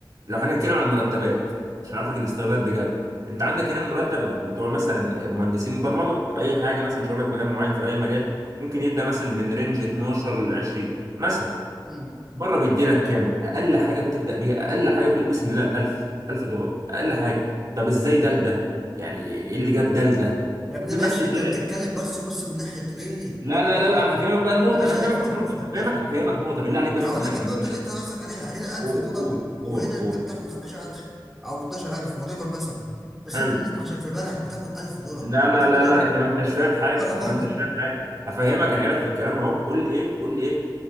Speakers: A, on the right (about 50°); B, in the centre.
A: لو هنتكلم عن المرتبات عشان اعرفك الاستغلال بجد انت عندك هنا المرتب بتوع مثلا مهندسين برمجه في اي حاجه مثلا مش هقول لك مجال معين في اي مجال ممكن يبدا مثلا من رينج 12 ل 20 مثلا
B: مم.
A: بره بيدي لك كام اقل حاجه بتبدا بيها اقل حاجه بتقول بسم الله 1000 1000 دولار اقل حاجه طب ازاي ده لده يعني ايه اللي جاب ده لده
B: يا ابني
A: بيبقى
B: ماشي
A: استغلال
B: انت بتتكلم بس بص من ناحيه ايه
A: لا
B: ما هو-
A: لا لا لا انا هفهمك بقى النقطه
B: يا باشا
A: انا هفهمك
B: افهم
A: بس النقطه
B: افهم
A: هفهمك
B: افهم
A: هفهمك نقطه بالله عليك
B: ما
A: بس
B: انا هقول
A: خلينا
B: لك
A: اكمل
B: ايه النقطه اللي انت قصدك عليها هنا 1000
A: قول
B: دولار
A: قول قول
B: وهنا
A: قول
B: انت بتاخد 15000 او 12000 وات ايفر مثلا بس
A: حلو
B: انت هناك عشان في بلد بتاخد 1000 دولار
A: لا
B: ال
A: لا
B: 1000
A: لا
B: دولار
A: لا انت ما انتش فاهم حاجه
B: فرق
A: انت
B: عمله
A: ما انتش فاهم حاجه هفهمك انا جايلك في الكلام اهو قول لي ايه قول لي ايه